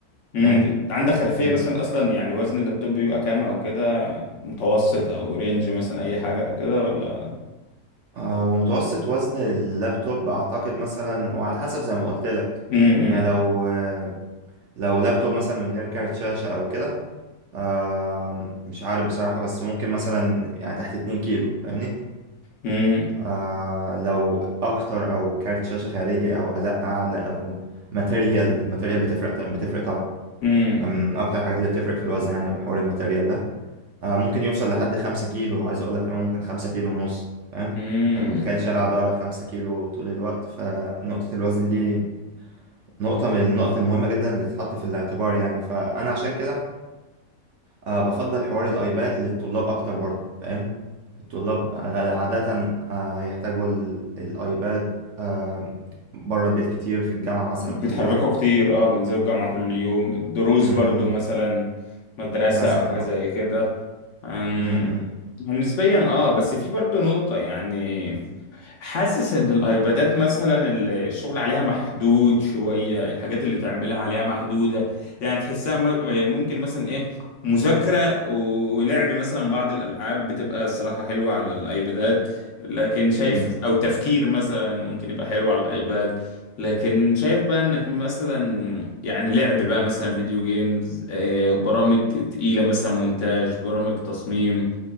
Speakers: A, on the left (about 60°); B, on the right (about 65°).
A: امم
B: فاهم؟
A: عندك خلفية
B: بيبقى
A: مثلا أصلا يعني وزن اللابتوب بيبقى كام أو كده متوسط أو رينج مثلا أي حاجة أو كده ولا
B: آه ومتوسط وزن اللابتوب أعتقد مثلا وعلى حسب زي ما قلت لك
A: امم
B: يعني لو آه لو لابتوب مثلا من غير كارت شاشة أو كده آه مش عارف بصراحة بس ممكن مثلا يعني تحت 2 كيلو فاهمني؟
A: امم
B: آه لو اكتر او كارت شاشه خارجي او اداء اعلى او ماتيريال الماتيريال بتفرق بتفرق طبعا
A: امم
B: آه، من اكتر الحاجات اللي بتفرق في الوزن يعني حوار الماتيريال ده آه ممكن يوصل لحد خمسة كيلو عايز اقول لك كمان ممكن خمسة كيلو ونص فاهم
A: امم
B: فانت متخيل شايل على ظهرك خمسة كيلو طول الوقت فنقطه الوزن دي نقطه من النقط المهمه جدا اللي تتحط في الاعتبار يعني فانا عشان كده أه بفضل حوار الأيباد للطلاب أكتر برضو فاهم الطلاب غ- عادة أه هيحتاجوا ال- الأيباد أه بره البيت كتير في الجامعة مثلا
A: بيتحركوا
B: كل يوم
A: كتير اه بينزلوا الجامعة كل يوم دروس
B: م
A: برضو
B: -م.
A: مثلا مدرسة
B: مثلا
A: أو حاجة
B: اه
A: زي كده أمم،
B: م -م.
A: نسبيا اه بس في برضو نقطة يعني حاسس ان الايبادات مثلا ال- الشغل عليها محدود شوية الحاجات اللي تعملها عليها محدودة يعني تحسها م- ممكن مثلا ايه مذاكرة ولعب مثلا بعض الالعاب بتبقى الصراحة حلوة على الايبادات لكن شايف
B: م
A: او تفكير مثلا ممكن يبقى حلو على الايباد لكن شايف بقى انك مثلا يعني لعب بقى مثلا فيديو جيمز آه، برامج تقيلة مثلا مونتاج برامج تصميم